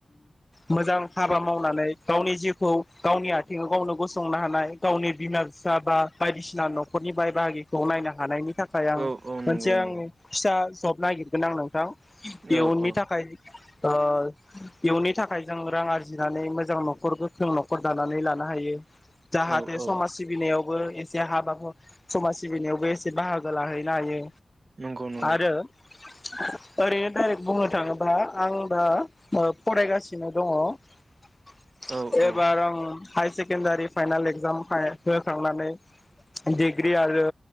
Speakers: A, on the left (about 20°); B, on the right (about 45°).
A: मोजां हाबा मावनानै गावनि जिउखौ गावनि आथिङाव गावनो गसंनो हानाय गावनि बिमा फिसा बा बायदिसिना नख'रनि बाय बाहागि खौ नायना हानायनि थाखाय आं
B: औ औ नंगौ
A: मोनसे आं
B: नंगौ
A: फिसा जब नागिरगोन आं नों थां इयुननि
B: औ औ
A: थाखाय ओ इयुनि थाखाय जों रां आरजिनानै मोजां नख'र गोख्रों नख'र दानानै लानो हायो। जाहाथे
B: औ
A: समाज
B: औ
A: सिबिनायाव बो एसे हा बाब सम ज सिबिनायावबो एसे बाहागो लाहैनो हायो।
B: नंगौ नंगौ
A: आरो ओरैनो डाइरेक्ट बुंनो थाङोबा आं दा ओ फरायगासिनो दङ
B: औ
A: एबार
B: औ
A: आं हाइसे केनडारि फाइनाल एग्जाम <unintelligible> होखांनानै दिेग्रि आरो